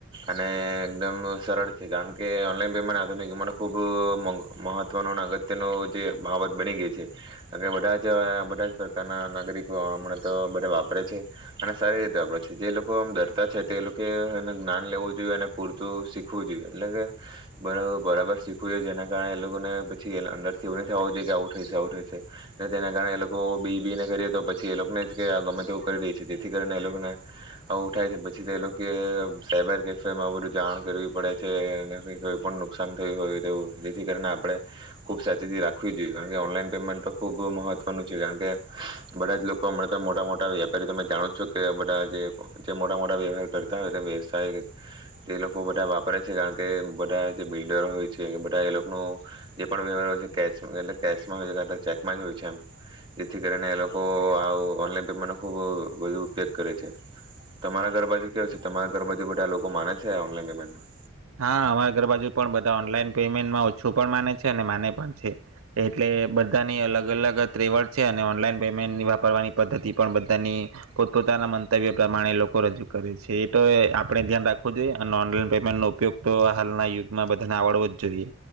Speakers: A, on the right; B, on the right.
A: અને એકદમ સરળ છે, કારણ કે ઓનલાઈન પેમેન્ટ આધુનિક મને ખૂબ મોંધ મહત્વનો ન અગત્યનો જે બાબત બની ગઈ છે, બધા જ બધા જ પ્રકારના નાગરિકો હમણાં તો બધા વાપરે છે, અને સારી રીતે વાપરે છે, જે લોકો આમ ડરતા છે, તે લોકોએ હન જ્ઞાન લેવું જોઈએ, અને પૂરતું શીખવું જોઈએ, એટલે કે બરા બરાબર શીખવું જોઈએ જેના જાણે એ લોકોને પછી અંદરથી એવું ન થવો જોઈએ કે આવું ઠયુ છે, આવું ઠયુ છે, તેના કારણે એ લોકો બી બી ને કરીએ તો પછી એ લોકોને જ કે ગમે તેવું કરી દે છે, જેથી કરીને એ લોકોને આવું ઠાય છે, પછી તે લોકોએ સાયબર કેફેમાં આવું બધુ જાણ કરવી પડે છે, <unintelligible> કોઈ પણ નુકસાન થયું હોય તેવું જેથી કરીને આપણે ખુબ સાવચેતી રાખવી જોઈએ, કારણ કે, ઓનલાઈન પેમેન્ટ તો ખુબ મહત્વનું છે, કારણ કે બધા જ લોકો હમણાં તો મોટા મોટા વ્યાપારી તમે જાણો છો કે બધા જે મોટા મોટા વ્યવહાર કરતા હોય તો વ્યવસાય તે લોકો બધા વાપરે છે, કારણ કે બધા જે બિલ્ડરો હોય છે. બધ ત્યાં એ લોકનો જે પણ વ્યવહાર હોય છે, કેશ એટલે કેશમાં હોય છે, <unintelligible> ચેકમાં જ હોય છે, એમ જેથી કરીને એ લોકો આવું ઓનલાઈન પેમેન્ટનો ખુબ વધુ ઉપયોગ કરે છે, તમારા ઘરબાજુ ક્યો છે, તમારા ઘરબાાજુ બધા લોકો માને છે, ઓનલાઈન પેમેન્ટમાં.
B: હા, અમારા ઘરબાજુ પણ બધા ઓનલાઈન પેમેન્ટમાં હજ શું પણ માને છે, અને માને પણ છે, એટલે બધાની અલગ અલગ ત્રેવડ છે, અને ઓનલાઈન પેમેન્ટની વાપરવાની પદ્ધતિ પણ બધાની પોતપોતાના મંતવ્ય પ્રમાણે લોકો રજૂ કરે છે, એ તો એ આપણે ધ્યાન રાખવું જોઈએ, અને ઓનલાઈન પેમેન્ટનો ઉપ પયોગ તો હાલના યુગમાં બધાને આવડવો જ જોઈએ.